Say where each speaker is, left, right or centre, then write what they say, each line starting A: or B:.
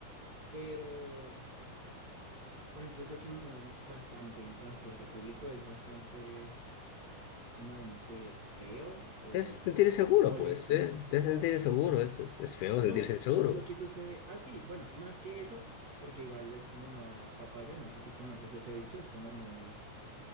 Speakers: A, on the right; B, on the left.
A: pero, por ejemplo, yo que me muevo bastante en transporte público es bastante como, no sé, feo o
B: Es sentir seguro,
A: molesto
B: pues, ¿eh? Te hace sentir inseguro, es, es, es feo sentirse
A: No,
B: inseguro.
A: lo, lo
B: güey.
A: que sucede, ah, sí, bueno, más que eso, porque igual es como no dar papaya, no sé si conoces ese dicho, es como no,